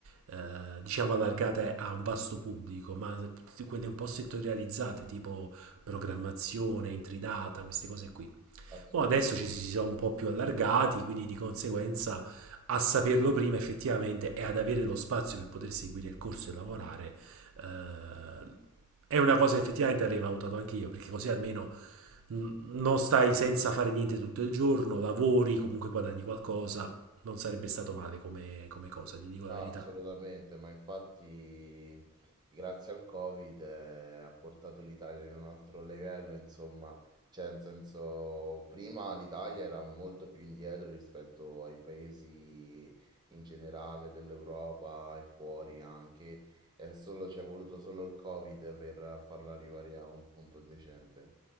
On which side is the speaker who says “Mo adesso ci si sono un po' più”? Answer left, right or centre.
Right